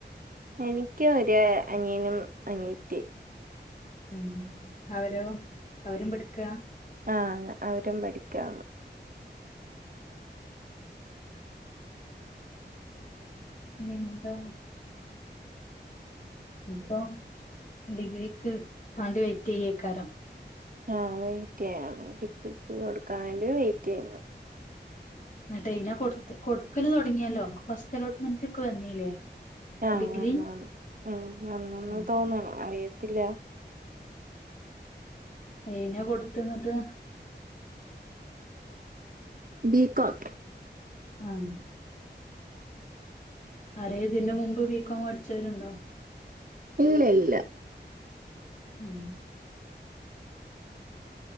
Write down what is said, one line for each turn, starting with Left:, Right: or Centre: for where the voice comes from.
Right: എനിക്ക് ഒര അനിയനും അനിയത്തിം
Left: ഉം അവരോ അവരും പഠിക്ക
Right: ആ അവരും പഠിക്കാണ്
Left: ഇനി എന്താ ഇപ്പൊ ഡിഗ്രിക്ക് വണ്ട് വെയിറ്റ് ചെയ്യേക്കാരം
Right: ആഹ വെയയിറ്റ് ചെയ്യണം കലിക്ക് കൊടുക്കാാനേി വെയയിറ്റ് ചെയ്യുന്നു
Left: എന്നട്ടെ ഇന കൊടുത്ത് കൊടുക്കല് തുടങ്ങിയാലോ ഫസ്റ്റ് അലോട്ട്മെന്റ് ഒക്കെ വന്നീല്ലേ
Right: ആഹ
Left: ഡിഗ്രി
Right: വ വു ഉം വന്നന്ന്
Left: ഉം
Right: തോന്നണം അറിയത്തില്ല
Left: അനെ കൊടുത്തത്
Right: ബകട്ട
Left: ആഹ അര ഇതിന്റെ മുമ്പ് ബീികോം പഠിച്ചവരുണ്ടോ
Right: ഇല്ലില്ല
Left: ഉം